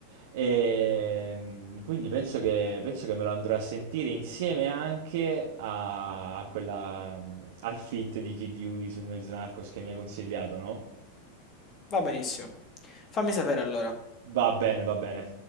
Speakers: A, on the right; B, on the left.
A: E, mm, quindi penso che, penso che me lo andrò a sentire insieme anche a a quella, mm, al feat di Kid Yugi su Noyz Narcos che mi hai consigliato, no?
B: va benissimo. Fammi sapere allora.
A: Va bene, va bene.